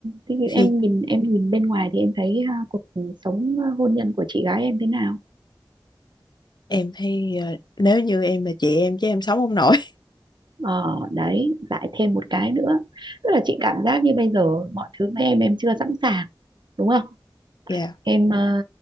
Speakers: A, on the right; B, on the left.
A: thế thì
B: thì
A: em nhìn em nhìn bên ngoài thì em thấy ha, cuộc sống ờ, hôn nhân của chị gái em thế nào
B: em thấy ờ, nếu như em là chị em chứ em sống không nổi <laughs>
A: ờ đấy lại thêm một cái nữa tức là chị cảm giác như bây giờ mọi thứ với em em chưa sẵn sàng đúng không
B: dạ
A: em ờ,